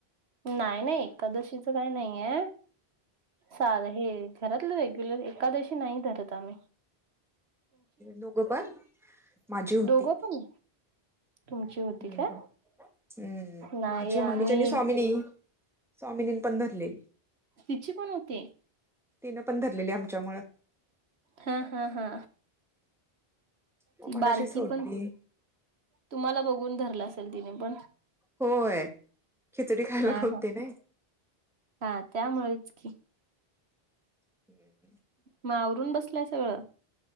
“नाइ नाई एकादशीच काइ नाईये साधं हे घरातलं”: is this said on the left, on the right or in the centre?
Right